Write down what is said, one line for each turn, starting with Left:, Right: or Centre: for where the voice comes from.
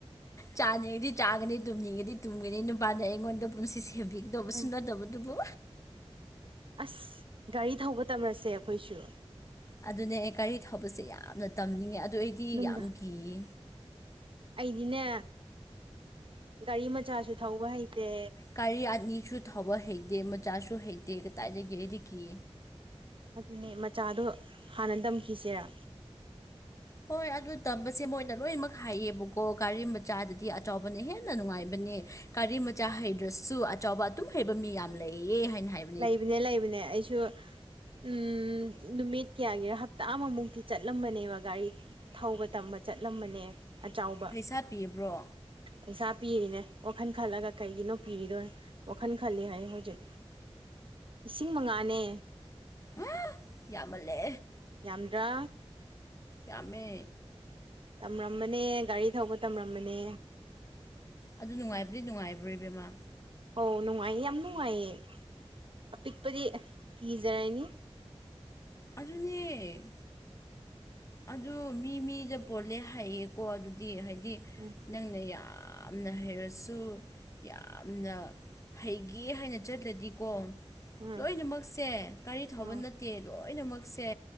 Left: ꯆꯥꯅꯤꯡꯉꯗꯤ ꯆꯥꯒꯅꯤ ꯇꯨꯝꯅꯤꯡꯉꯗꯤ ꯇꯨꯝꯒꯅꯤ ꯅꯨꯄꯥꯅ ꯑꯩꯉꯣꯟꯗ ꯄꯨꯟꯁꯤ ꯁꯦꯝꯕꯤꯒꯅꯤꯨ ꯗꯕꯁꯤꯟꯗꯅ
Right: ꯎꯝ
Left: ꯗꯕꯗꯨꯕ
Right: ꯑꯁ ꯒꯥꯔꯤ ꯊꯧꯕ ꯇꯝꯔꯁꯦ ꯑꯩꯈꯣꯏꯁꯨ
Left: ꯑꯗꯨꯅꯦ ꯑꯦ ꯒꯥꯔꯤ ꯊꯧꯕꯁꯦ ꯌꯥꯝꯅ ꯇꯝꯅꯤꯡꯉꯦ ꯑꯗꯨ ꯑꯩꯗꯤ
Right: ꯅꯨꯡꯗ
Left: ꯌꯥꯝ ꯀꯤꯌꯦ
Right: ꯑꯩꯗꯤꯅꯦ ꯒꯥꯔꯤ ꯃꯆꯥꯁꯨ ꯊꯧꯕ ꯍꯩꯇꯦ
Left: ꯒꯥꯔꯤ ꯑꯅꯤꯁꯨ ꯊꯕ ꯍꯩꯇꯦ ꯃꯆꯥꯁꯨ ꯍꯩꯇꯦ ꯀꯗꯥꯏꯗꯒꯤ ꯑꯩꯗꯒꯤ
Right: ꯑꯗꯨꯅꯦ ꯃꯆꯥꯗꯣ ꯍꯥꯟꯅ ꯇꯝꯈꯤꯁꯤꯦꯔꯥ
Left: ꯍꯣꯏ ꯑꯗꯨ ꯇꯝꯕꯁꯦ ꯃꯣꯏꯅ ꯂꯣꯏꯅꯃꯛ ꯍꯥꯏꯌꯦꯕꯀꯣ ꯒꯥꯔꯤ ꯃꯆꯥꯗꯗꯤ ꯑꯆꯕꯅꯦꯍꯦ ꯌꯥꯝꯅ ꯅꯨꯡꯉꯥꯏꯕꯅꯦ ꯒꯥꯔꯤ ꯃꯆꯥ ꯍꯩꯗ꯭ꯔꯁꯨ ꯑꯆꯥꯎꯕ ꯑꯗꯨꯝ ꯍꯩꯕ ꯃꯤ ꯌꯥꯝꯅ ꯂꯩꯌꯦ ꯍꯥꯏꯅ ꯍꯥꯏꯕ
Right: ꯂꯩꯕꯅꯦ ꯂꯩꯕꯅꯦ ꯑꯩꯁꯨ ꯎꯝ ꯅꯨꯃꯤꯠ ꯀꯌꯥꯒꯤ ꯍꯞꯇꯥ ꯑꯃꯃꯨꯛꯇꯤ ꯆꯠꯂꯝꯕꯅꯦꯕ ꯒꯥꯔꯤ ꯊꯧꯕ ꯇꯝꯕ ꯆꯠꯂꯝꯕꯅꯦ ꯑꯆꯕ
Left: ꯄꯩꯁꯥ ꯄꯤꯕ꯭ꯔꯣ
Right: ꯄꯩꯁꯥ ꯄꯤꯔꯤꯅꯦ ꯋꯥꯈꯜ ꯈꯜꯂꯒ ꯀꯩꯒꯤꯅꯣ ꯄꯤꯔꯤꯗꯣꯏ ꯋꯥꯈꯜ ꯈꯜꯂꯤ ꯍꯥꯏ ꯍꯧꯖꯤꯛ ꯂꯤꯁꯤꯡ ꯃꯉꯥꯅꯦ
Left: ꯍꯥ ꯌꯥꯝꯃꯜꯂꯦ
Right: ꯌꯥꯝꯗ꯭ꯔꯥ
Left: ꯌꯥꯃꯦ
Right: ꯇꯝꯔꯝꯕꯅꯦ ꯒꯥꯔꯤ ꯊꯧꯕ ꯇꯝꯔꯝꯕꯅꯦ.
Left: ꯑꯗꯨ ꯅꯨꯡꯉꯥꯏꯕꯗꯤ ꯅꯨꯡꯉꯥꯏꯕ꯭ꯔꯣ ꯏꯕꯦꯝꯃꯥ
Right: ꯍꯣ ꯅꯨꯡꯉꯥꯏꯌꯦ ꯌꯥꯝ ꯅꯨꯡꯉꯥꯏꯌꯦ ꯑꯄꯤꯛꯄꯗꯤ ꯀꯤꯖꯔꯅꯤ
Left: ꯑꯗꯨꯅꯦ ꯑꯗꯨ ꯃꯤ ꯃꯤꯗ ꯄꯣꯜꯂꯦ ꯍꯥꯏꯌꯦꯀꯣ ꯑꯗꯨꯗꯤ ꯍꯥꯏꯗꯤ
Right: ꯎꯝ
Left: ꯅꯪꯅ ꯌꯥꯝꯅ ꯍꯩꯔꯁꯨ ꯌꯥꯝꯅ ꯍꯩꯒꯦ ꯍꯥꯏꯅ ꯆꯠꯂꯗꯤꯀꯣ
Right: ꯎꯝ
Left: ꯂꯣꯏꯅꯃꯛꯁꯦ ꯒꯥꯔꯤ ꯊꯕ
Right: ꯎꯝ
Left: ꯅꯠꯇꯦ ꯂꯣꯏꯅꯃꯛꯁꯦ